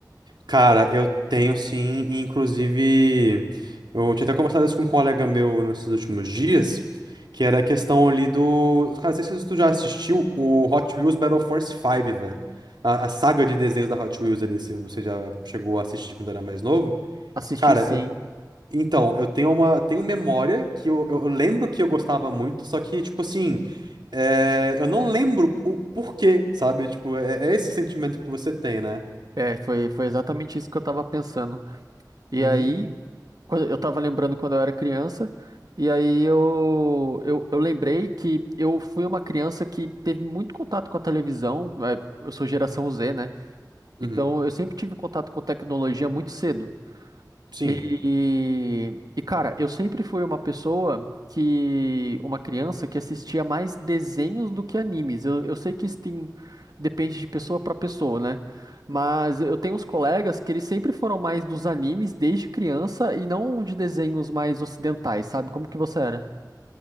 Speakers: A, on the right (about 85°); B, on the right (about 60°).
A: Cara, eu tenho sim, e inclusive, eu tinha até conversado isso com um colega meu nesses últimos dias, que era a questão ali do. Cara, não sei se tu já assistiu o Hot Wheels Battle Force 5, velho. A, a saga de desenhos da Hot Wheels ali, se você já chegou a assistir quando era mais novo.
B: Assisti
A: Cara,
B: sim.
A: eu Então, eu tenho uma, tenho memória que eu, eu- eu lembro que eu gostava muito, só que, tipo assim, é, eu não lembro o porquê, sabe? Tipo, é, é esse sentimento que você tem, né?
B: É, foi, foi exatamente isso que eu tava pensando. E
A: Uhum,
B: aí, quando, eu tava lembrando quando eu era criança, e aí eu, eu, eu lembrei que eu fui uma criança que teve muito contato com a televisão. é, Eu sou geração Z, né?
A: uhum,
B: Então eu sempre tive contato com tecnologia muito cedo.
A: sim.
B: E, e, cara, eu sempre fui uma pessoa que, uma criança que assistia mais desenhos do que animes. Eu, eu sei que isso tem, depende de pessoa para pessoa, né? Mas eu tenho uns colegas que eles sempre foram mais dos animes desde criança e não de desenhos mais ocidentais, sabe? Como que você era?